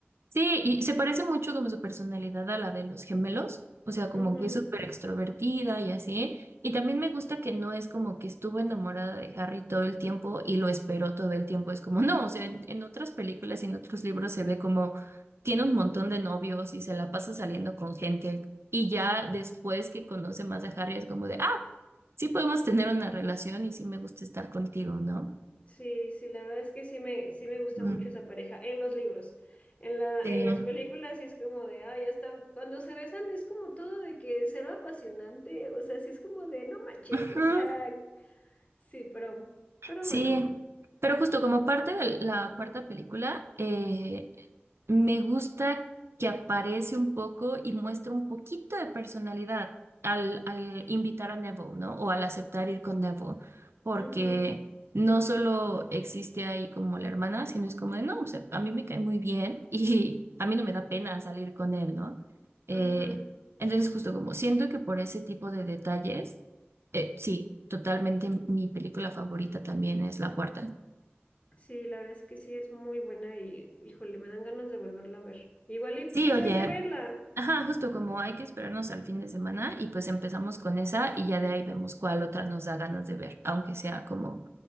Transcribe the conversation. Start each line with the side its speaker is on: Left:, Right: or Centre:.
Right: Sí, y se parece mucho como su personalidad a la de los gemelos, o sea, como
Left: Ujú.
Right: que es súper extrovertida y así. Y también me gusta que no es como que estuvo enamorada de Harry todo el tiempo y lo esperó todo el tiempo. Es como, no, o sea, en, en otras películas y en otros libros se ve como tiene un montón de novios y se la pasa saliendo con gente. Y ya después que conoce más a Harry es como de, ah, sí podemos tener una relación y sí me gusta estar contigo, ¿no?
Left: Sí, sí, la verdad es que sí me, sí me gusta
Right: Mm.
Left: mucho esa pareja en los libros. En la,
Right: Sí.
Left: en las películas sí es como de, ah, ya están, cuando se besan es como todo de que cero apasionante, o sea, sí es como de, no manches,
Right: Ujú.
Left: o sea, sí, pero, pero
Right: Sí,
Left: bueno,
Right: pero justo como parte de la cuarta película, eh, me gusta que aparece un poco y muestra un poquito de personalidad al, al invitar a Neville, ¿no? O al aceptar ir con Neville, porque
Left: ujú,
Right: no solo existe ahí como la hermana, sino es como de, no, o sea, a mí me cae muy bien <laughs> y a mí no me da pena salir con él, ¿no? Eh,
Left: ujú.
Right: entonces justo como siento que por ese tipo de detalles eh, sí, totalmente mi película favorita también es la cuarta.
Left: Sí, la verdad es que sí es muy buena y, híjole, me dan ganas de volverla a ver. Igual y
Right: Sí,
Left: pues esa
Right: oye,
Left: hay que verla.
Right: ajá, justo como hay que esperarnos al fin de semana y pues empezamos con esa y ya de ahí vemos cuál otra nos da ganas de ver, aunque sea como